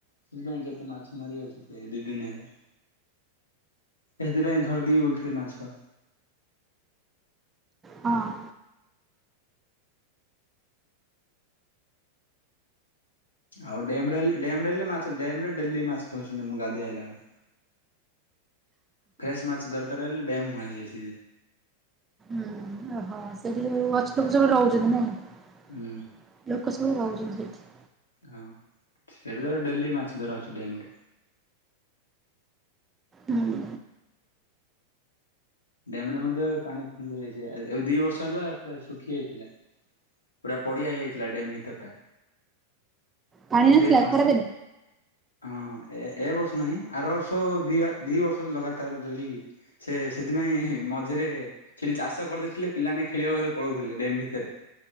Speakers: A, on the left (about 75°); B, on the right (about 15°).
A: ସେଥିପାଇଁ କେତେ ମାଛ ମରିିଯାଉଚନ୍ତି ରେ ଦି ଦିନ ହେଲା। ଏଥିପାଇଁ ଧରିଦିବି ବୋଲଥିଲେ ମାଛ।
B: ହଁ।
A: ଆଉ ଡେମ୍ ରେ ଲେ ଡେମ୍ ରେ ଲେ ମାଛ ଡେମ୍ ରେ ଡେଲି ମାଛ୍ ଧରସନ୍ତି ମୁଁ ଗାଧଆଇଲା ବେୁଳୁ। ଫ୍ରେସ୍ ମାଛ ଦରକାର ହେଲେ ଡ୍ୟାମ୍ ହୁଆଁସି ଆସି।
B: ହୁଁ। ଓହୋ ସେଠି ଅଛି ଲୋକ ସବୁ ରହୁଚନ୍ତି ନାଇଁ
A: ହୁଁ
B: ଲୋକ ସବୁ ରହୁଚନ୍ତି ସେଠି।
A: ଆଉ ସେଠି ତାର ଡେଲି ମାଛ ଧରାହଉଛି ଡେମ୍ ରେ।
B: ହୁଁ
A: ଡେମ୍ ରେ ମଧ୍ୟ ଏବେ ପାଣି ଫୁଲ ହେଇଯାଇଚି। ଆ ଏବେ ଦି ବର୍ଷ ହେଲା ପୁରା ଶୁଖି ଯାଇଥିଲା। ପୁରା ପଡିଆ ହେଇଯାଇଥିଲା ଡ୍ୟାମ୍ ଭିତର ଟା।
B: ପାଣି
A: ସେଠି
B: ନଥିଲା
A: ଯାଇ ମଝି
B: ଖରାଦିନେ
A: ହଁ ଏ ଏ ବର୍ଷ ନାହିଁ ଆର ବର୍ଷ ଦି ଦି ବର୍ଷ ଲଗାତାର ଧରିି ସେ ସେଥିପାଇଁ ମଝିରେ ସେଠି ଚାଷ କରିଦେଇଥିଲେ ପିଲାମାନେେ ଖେଳିବାକୁ ଭରେ ପଳଉଥିଲେ ଡେମ୍ ଭିତରେ।